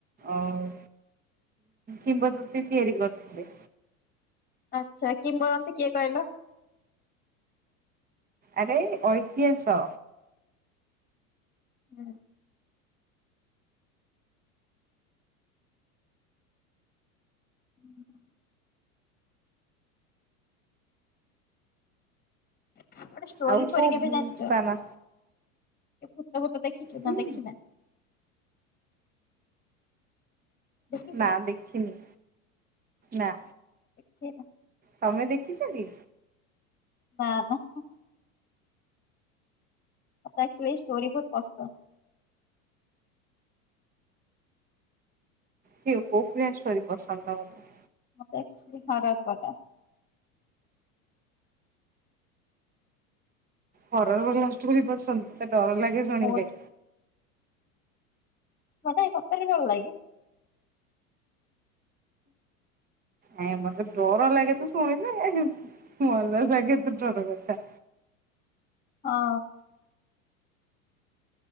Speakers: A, on the right; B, on the left.
A: ଆଉ କିମ୍ବଦନ୍ତୀ ତିଆରି କରୁଥିଲେ।
B: ଆଚ୍ଛା କିମ୍ବଦନ୍ତୀ କିଏ କହିଲ?
A: ଆରେ-ଏ-ଏ ଐତିହାସ।
B: ହୁଁ ହୁଁ। ଗୋଟେ ଷ୍ଟୋରି
A: ଆଉ
B: ଫୋରି
A: କୋଉ
B: କେବେ ଜାଣ୍ ଚ?
A: ସ୍ଥାନ
B: ଏ ଭୁତ ଭୁତ ଦେଖିଛୁ
A: ହୁଁ।
B: ନା ଦେଖିନା? ଦେଖିଛ?
A: ନା ଦେଖିନି, ନା।
B: <inaudible>
A: ତମେ ଦେଖିଚ କି?
B: ହଁ ହା ହା। ମତେ ଆକ୍ ଚୁଲି ଷ୍ଟୋରି ବହୁତ ପସନ୍ଦ୍।
A: କିଏ, କୋଉପରିଆ ଷ୍ଟୋରି ପସନ୍ଦ ତମକୁ?
B: ମତେ ଆକଚୁଲି ହରର୍ ଵାଲା।
A: ହରର୍ ଵାଲା ଷ୍ଟୋରି ପସନ୍ଦ ମତେ ଡର ଲାଗେ ଶୁଣିଲେ।
B: ବହୁତ ମାନେ ସତରେ ଭଲ ଲାଗେ?
A: ଆଜ୍ଞା। ମତେ ଡର ଲାଗେ ତ ଶୁଣିଲେ ଏହେଁ ଭଲ ଲାଗେ ତ ଡର କଥା।
B: ହ ଅଁ।